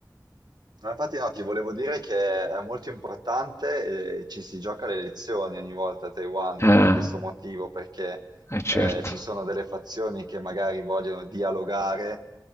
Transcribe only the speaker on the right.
No, Infatti no, ti volevo dire che è molto importante, eh, ci si gioca le elezioni ogni volta a Taiwan
per questo motivo, perché
eh, ci sono delle fazioni che magari vogliono dialogare